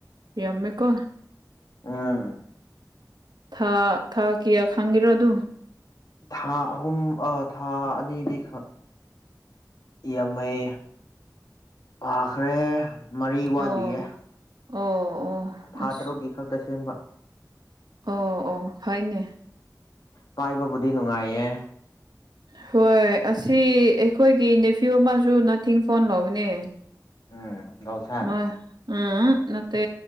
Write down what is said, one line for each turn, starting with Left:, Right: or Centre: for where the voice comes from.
Right: ꯌꯥꯝꯃꯦꯀꯣ
Left: ꯎꯝ
Right: ꯊꯥ ꯊꯥ ꯀꯌꯥ ꯈꯪꯒꯤꯔꯣ ꯑꯗꯨ
Left: ꯊꯥ ꯑꯍꯨꯝ ꯑ ꯊꯥ ꯑꯅꯤꯗꯤ ꯈ ꯌꯥꯝꯃꯩ ꯄꯥꯈ꯭ꯔꯦ ꯃꯔꯤ ꯋꯥꯠꯂꯤꯌꯦ
Right: ꯑꯣ ꯑꯣ ꯑꯣ
Left: ꯊꯥ
Right: ꯑꯁ
Left: ꯇꯔꯨꯛꯀꯤ ꯈꯛꯇ ꯁꯦꯝꯕ
Right: ꯑꯣ ꯑꯣ ꯐꯩꯅꯦ
Left: ꯄꯥꯏꯕꯕꯨꯗꯤ ꯅꯨꯡꯉꯥꯏꯌꯦ
Right: ꯍꯣꯏ ꯑꯁꯤ ꯑꯩꯈꯣꯏꯒꯤ ꯅꯦꯐꯤꯌꯨ ꯑꯃꯁꯨ ꯅꯥꯊꯤꯡ ꯐꯣꯟ ꯂꯧꯕꯅꯦ
Left: ꯎꯝ ꯒꯧꯁꯥꯟ
Right: ꯃꯥ ꯎꯝ ꯅꯠꯇꯦ